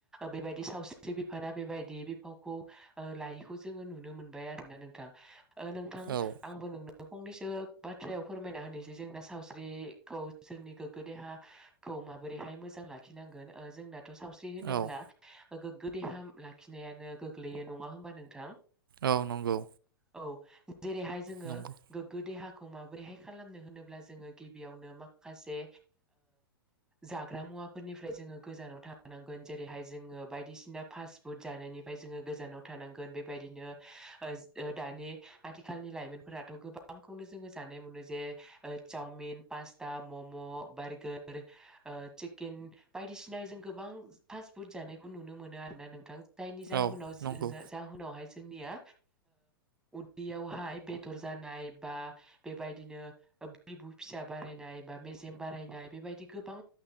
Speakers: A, in the centre; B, on the right (about 65°).
A: बेबायदि बिदि सावस्रि बिफाना बेबायदि बिफावखौ लायैखौ जोङो नुनो मोनबाय आरो ना नोंथां नोंथां
B: औ
A: आंबो नों फंनैसो बाथ्रायाव फोरमायना होनोसै जोंना सावस्रिखौ जोंनि गोग्गो देहाखौ माबोरैहाय मोजां लाखिनांगोन जोंना थ' सावस्रि होनोब्ला
B: औ
A: गोगो देहा लाखिनायानो गोग्लैयो नङा होमबा नोंथां?
B: औ नंगौ
A: औ जेरैहाय जोङो
B: नंगौ
A: गोग्गो देहा माबोरैहाय खालामनो होनोब्ला जोङो गिबियावनो माखासे जाग्रा मुवा मुवाफोरनिफ्राय जोङो गोजानाव थानांगोन जेरैहाय जोङो बायदिसिना फास्ट फुड जानायनिफ्राय जोङो गोजानाव थानांगौन बेबायदिनो औ आथिखालनि लाइमोनथ' गोबांनो जों जानाय मोनो जे साउमिन पासता मम' बारगार चिकेन बायदिसिना जों गोबां फास फुड जानायखौ खौ नुनो मोनो आरोना नोंथां जायनि जाहाव
B: औ नंगौ
A: जाहोनावहाय जोंनिया उदैयावहाय बेदर जानाय बा बेबायदिनो बिबु फिसा बानायनाय मेजेम बारायनाय बेबायदि गोबां